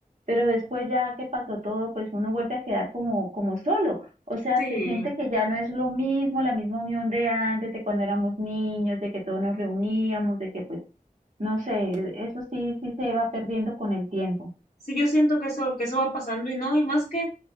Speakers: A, on the right (about 50°); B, on the left (about 50°).
A: pero después ya que pasó todo, pues uno vuelve a quedar como, como solo, o sea,
B: Sí,
A: se siente que ya no es lo mismo, la misma unión de antes, de cuando éramos niños, de que todos nos reuníamos, de que pues, no sé, eso sí, sí se va perdiendo con el tiempo.
B: Sí, yo siento que eso, que eso va pasando y no, y más que